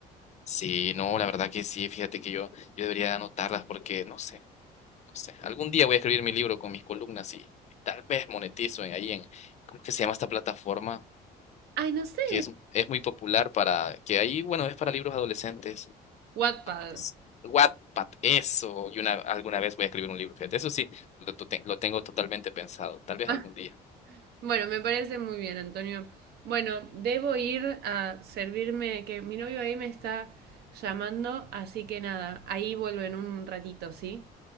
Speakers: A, on the left; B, on the right.
A: Sí, no, la verdad que sí, fíjate que yo, yo debería de anotarlas porque, no sé, no sé. Algún día voy a escribir mi libro con mis columnas y tal vez monetizo en, ahí en, ¿cómo que se llama esta plataforma?
B: Ay, no sé.
A: que es, es muy popular para, que ahí, bueno, es para libros adolescentes.
B: Wattpad.
A: ¿Cómo que es? Wattpad, eso. Y una, alguna vez voy a escribir un libro, fíjate. Eso sí, lo, to- te- lo tengo totalmente pensado. Tal vez
B: Ah,
A: algún día.
B: bueno, me parece muy bien, Antonio. Bueno, debo ir a servirme, que mi novio ahí me está llamando, así que nada, ahí vuelvo en un ratito, ¿sí?